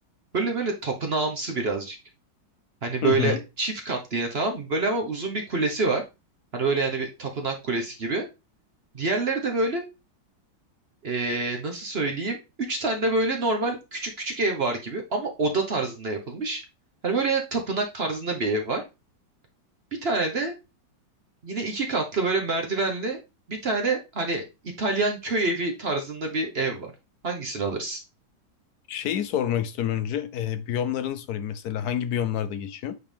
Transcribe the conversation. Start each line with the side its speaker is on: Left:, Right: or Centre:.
Right: Böyle böyle tapınağımsı birazcık. Hani böyle
Left: Hı hı.
Right: çift katlı yine tamam mı? Böyle ama uzun bir kulesi var. Hani böyle yani bir tapınak kulesi gibi. Diğerleri de böyle eee, nasıl söyleyeyim? Üç tane de böyle normal küçük küçük ev var gibi ama oda tarzında yapılmış. Hani böyle tapınak tarzında bir ev var. Bir tane de yine iki katlı böyle merdivenli bir tane hani İtalyan köy evi tarzında bir ev var. Hangisini alırsın?
Left: Şeyi sormak istiyorum önce. E, biyomlarını sorayım mesela. Hangi biyomlarda geçiyor?